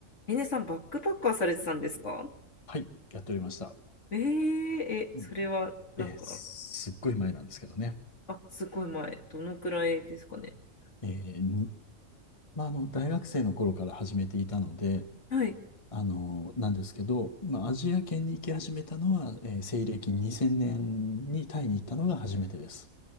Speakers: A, on the left; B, on the left.
A: ミネさん、バックパッカーされてたんですか
B: はい、やっておりました。
A: えー、え、
B: うん
A: それは、なんか、
B: えーすっごい前なんですけどね。
A: あ、すごい前。どのくらいですかね。
B: えーに、まあ、あの、大学生の頃から始めていたので、
A: はい。
B: あの、なんですけど、まあ、アジア圏に行き始めたのは、えー西暦2000年にタイに行ったのが初めてです。